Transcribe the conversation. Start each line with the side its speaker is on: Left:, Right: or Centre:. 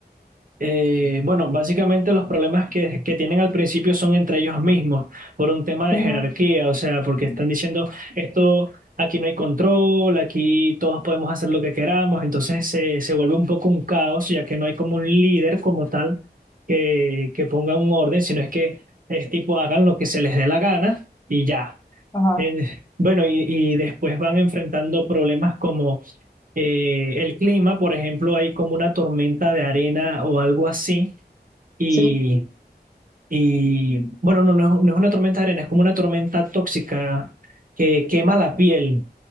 Right: Eh, bueno, básicamente los problemas que, que tienen al principio son entre ellos mismos, por un tema de
Left: ujú,
Right: jerarquía, o sea, porque están diciendo esto, aquí no hay control, aquí todos podemos hacer lo que queramos, entonces se, se vuelve un poco un caos, ya que no hay como un líder como tal que, que ponga un orden, sino es que es tipo hagan lo que se les dé la gana y ya.
Left: ajá,
Right: En- bueno, y, y después van enfrentando problemas como eh, el clima, por ejemplo, hay como una tormenta de arena o algo así. Y,
Left: sí,
Right: y, bueno, no, no es, no es una tormenta de arena, es como una tormenta tóxica que quema la piel.